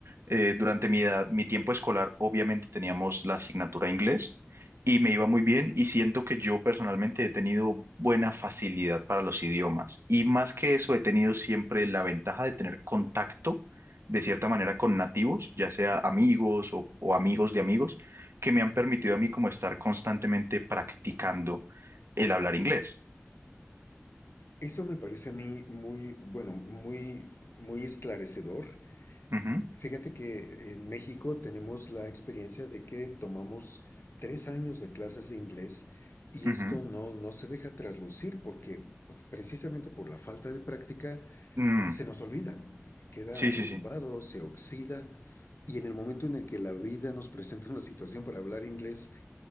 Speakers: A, on the right (about 60°); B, on the left (about 55°).
A: Eh, durante mi edad, mi tiempo escolar, obviamente teníamos la asignatura de inglés y me iba muy bien y siento que yo personalmente he tenido buena facilidad para los idiomas y más que eso he tenido siempre la ventaja de tener contacto de cierta manera con nativos, ya sea amigos o o amigos de amigos que me han permitido a mí como estar constantemente practicando el hablar inglés.
B: Eso me parece a mí muy, bueno, muy, muy esclarecedor.
A: Ujú,
B: Fíjate que en México tenemos la experiencia de que tomamos tres años de clases de inglés y
A: ujú.
B: esto no, no se deja traslucir porque precisamente por la falta de práctica
A: Mm,
B: se nos olvida, queda
A: sí,
B: arrumbado,
A: sí, sí.
B: se oxida y en el momento en el que la vida nos presenta una situación para hablar inglés,